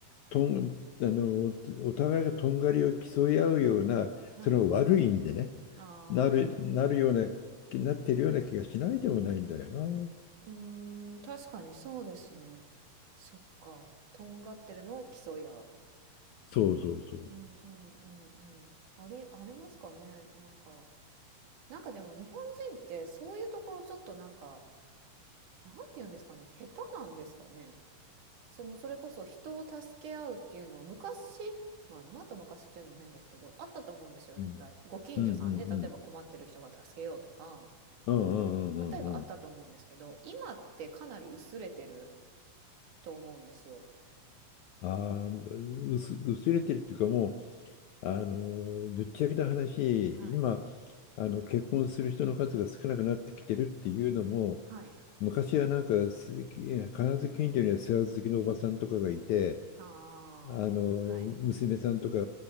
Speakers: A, on the left (about 75°); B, on the right (about 60°).
A: とん、あの、お互いがとんがりを競い合うような、
B: はい。
A: その悪い意味でね、
B: ああ。
A: なる、なるような、なってるような気がしないでもないんだよな。
B: うーん、確かにそうですね。そっか。とんがってるのを競い合う。
A: そうそうそう。
B: うんうんうんうん。あり、ありますかね。なんか。なんかでも日本人ってそういうところちょっとなんかなんて言うんですかね下手なんですかねそのそれこそ人を助け合うっていうのは昔まあ今と昔っていうのも変ですけどあったと思うんですよ絶対ご近所さんで例えば困ってる人が助けようとか
A: うん。うんうんうん。うんうんうんうんうん。
B: 例えばあったと思うんですけど今ってかなり薄れてると思うんですよ
A: ああ、薄、薄れてるっていうかもう、あの、ぶっちゃけた話、
B: はい
A: 今、あの、結婚する人の数が少なくなってきてるっていうのも、
B: はい
A: 昔はなんか、す必ず近所には世話好きのおばさんとかがいて、
B: はあはい
A: あの、娘さんとか、